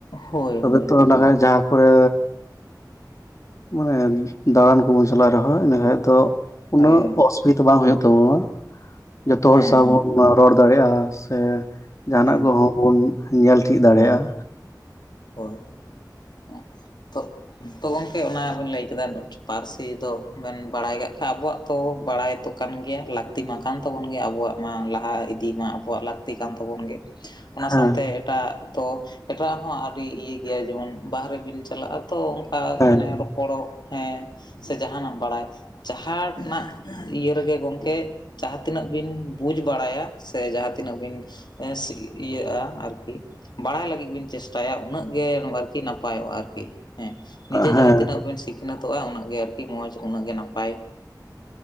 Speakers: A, on the left; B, on the left.
A: ᱦᱳᱭ
B: ᱛᱚᱵᱮ
A: ᱦᱳᱭ
B: ᱛᱚ
A: ᱦᱳᱭ
B: ᱱᱟᱦᱟᱭ ᱡᱟᱦᱟᱸ ᱠᱚᱨᱮ ᱢᱟᱱᱮᱱ ᱫᱟᱬᱟᱱ ᱠᱚᱵᱩᱱ ᱪᱟᱞᱟᱜ ᱨᱮᱦᱚᱸ ᱤᱱᱟᱹᱠᱷᱟᱡ ᱫᱚ
A: ᱦᱳᱭ
B: ᱩᱱᱟᱹᱜ ᱠᱚᱥ ᱱᱤᱛ ᱵᱟᱝ ᱦᱩᱭᱩᱜ ᱛᱟᱵᱚᱣᱟ, ᱡᱚᱛᱚ ᱦᱚᱲ
A: ᱦᱮᱸ
B: ᱥᱟᱶ
A: ᱦᱮᱸ
B: ᱵᱚᱱ ᱨᱚᱲ ᱫᱟᱲᱮᱭᱟᱜᱼᱟ, ᱥᱮ ᱡᱟᱦᱟᱸᱱᱟᱜ
A: ᱦᱮᱸ
B: ᱠᱚᱦᱚᱸ ᱵᱩᱱ ᱧᱮᱞ ᱴᱷᱤᱠ ᱫᱟᱲᱮᱭᱟᱜᱼᱟ
A: ᱦᱮᱸ
B: ᱾
A: ᱦᱳᱭ ᱮᱸ ᱛᱳᱜ ᱛᱚ ᱜᱚᱝᱠᱮ ᱚᱱᱟ ᱵᱤᱱ ᱞᱟᱹᱭ ᱠᱮᱫᱟ ᱯᱟᱨᱥᱤ ᱫᱚ ᱵᱮᱱ ᱵᱟᱲᱟᱭ ᱠᱟᱜ ᱠᱷᱟᱜ ᱟᱵᱚᱣᱟᱜ ᱛᱚ ᱵᱟᱲᱟᱭᱛᱚ ᱠᱟᱱ ᱜᱮᱭᱟ ᱞᱟᱹᱠᱛᱤ ᱢᱟ ᱠᱟᱱ ᱛᱟᱵᱚᱱ ᱜᱮᱭᱟ ᱟᱵᱚᱣᱟᱜ ᱢᱟ ᱞᱟᱦᱟ ᱤᱫᱤ ᱢᱟ ᱟᱵᱚᱣᱟᱜ ᱞᱟᱠ ᱞᱟᱹᱠᱛᱤ ᱠᱟᱱ ᱛᱟᱵᱚᱱ ᱜᱮ ᱚᱱᱟ
B: ᱦᱮᱸ
A: ᱥᱟᱶᱛᱮ ᱮᱴᱟᱜ ᱫᱚ ᱮᱴᱟᱜ ᱦᱚᱸ ᱤᱭᱟᱹ ᱜᱮᱭᱟ ᱡᱮᱢᱚᱱ ᱵᱟᱦᱮᱨᱮᱵᱤᱱ ᱪᱟᱞᱟᱜᱼᱟ ᱛᱚ ᱚᱱᱠᱟ
B: ᱦᱮᱸ
A: ᱢᱟᱱᱮ ᱨᱚᱯᱚᱲ ᱦᱮᱸ, ᱥᱮ, ᱡᱟᱦᱟᱸᱱᱟᱜ ᱵᱟᱲᱟᱭ, ᱡᱟᱦᱟᱸᱱᱟᱜ ᱤᱭᱟᱹ ᱨᱮᱜᱮ ᱜᱚᱢᱠᱮ? ᱡᱟᱦᱟᱸ ᱛᱤᱱᱟᱹᱜ ᱵᱤᱱ ᱵᱩᱡᱽ ᱵᱟᱲᱟᱭᱟ, ᱥᱮ ᱡᱟᱦᱟᱸᱛᱤᱱᱟᱹᱜ ᱵᱤᱱ ᱦᱮᱸᱥᱤ ᱤᱭᱟᱹᱜᱼᱟ ᱾ ᱟᱨᱠᱤ ᱵᱟᱲᱟᱭ ᱞᱟᱹᱜᱤᱫ ᱵᱤᱱ ᱪᱮ? ᱛᱟᱭᱟ ᱾ ᱩᱱᱟᱹᱜ ᱜᱮ, ᱟᱨᱠᱤ ᱱᱟᱯᱟᱭᱚᱜᱼᱟ ᱾ ᱟᱨᱠᱤ ᱦᱮᱸ, ᱱᱤᱡᱮ
B: ᱦᱮᱸ
A: ᱡᱟᱦᱟᱸ ᱛᱤᱱᱟᱹᱜ ᱵᱤᱱ ᱥᱤ ᱥᱤᱠᱱᱟᱹᱛᱚᱜᱼᱟ ᱩᱱᱟᱹᱜ ᱜᱮ ᱟᱨᱠᱤ ᱢᱚᱡᱽ ᱩᱱᱟᱹᱜ ᱜᱮ ᱱᱟᱯᱟᱭ,